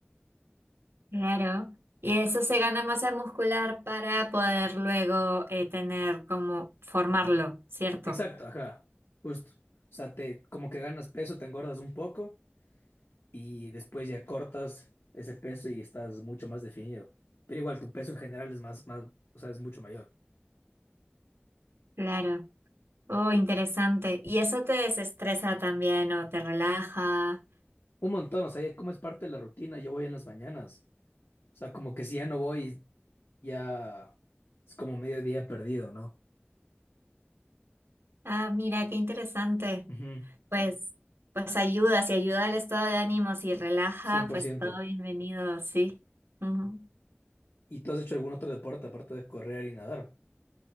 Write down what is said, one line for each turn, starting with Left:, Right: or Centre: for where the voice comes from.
Right: claro. Y eso se gana masa muscular para poder luego eh, tener como formarlo, ¿cierto?
Left: Exacto, ajá, justo. O sea, te, como que ganas peso, te engordas un poco y después ya cortas ese peso y estás mucho más definido. Pero igual tu peso en general es más, más, o sea, es mucho mayor.
Right: Claro. Oh, interesante. ¿Y eso te desestresa también o te relaja?
Left: Un montón, o sea, ya como es parte de la rutina, yo voy en las mañanas. O sea, como que si ya no voy, ya es como mediodía perdido, ¿no?
Right: Ah, mira, qué interesante.
Left: Ujú.
Right: Pues, pues ayuda, si ayuda al estado de ánimo, si relaja,
Left: cien por
Right: pues
Left: ciento
Right: todo bienvenido, sí. Ujú.
Left: ¿Y tú has hecho algún otro deporte aparte de correr y nadar?